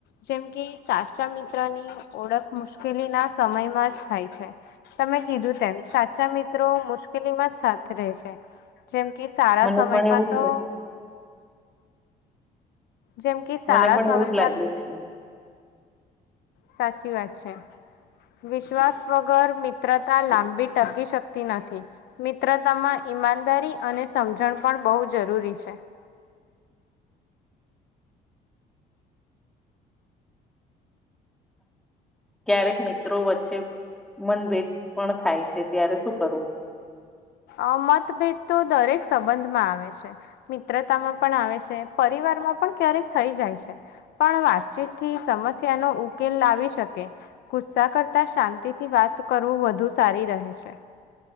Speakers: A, on the left (about 75°); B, in the centre.
A: જેમ કે સાચા મિત્રની ઓળખ મુશ્કેલીના સમયમાં જ થાય છે, તમે કીધું તેમ સાચા મિત્રો મુશ્કેલ. મુશ્કેલીમાં જ સાથે રહે છે, જેમ કે સારા
B: મને
A: સમયમાં
B: પણ એવું જ
A: તો જેમ કે સારા
B: મને પણ
A: સમયમાં.
B: એવું જ લાગે છે
A: સાચી વાત છે. વિશ્વાસ વગર મિત્રતા લાંબી ટકી શકતી નથી, મિત્રતામાં ઈમાનદારી અને સમજણ પણ બહુ જરૂરી છે.
B: ક્યારેક મિત્રો વચ્ચે મનભેદ પણ થાય છે, ત્યારે શું કરવું?
A: અ મતભેદ તો દરેક સંબંધમાં આવે છે, મિત્રતામાં પણ આવે છે પર ર પણ ક્યારેક થઈ જાય છે, પણ વાતચીત થી સમસ્યા નો ઉકેલ લાવી શકે. ગુસ્સા કરતા શાંતિથી વાત કરવું વધુ સારી રહે છે.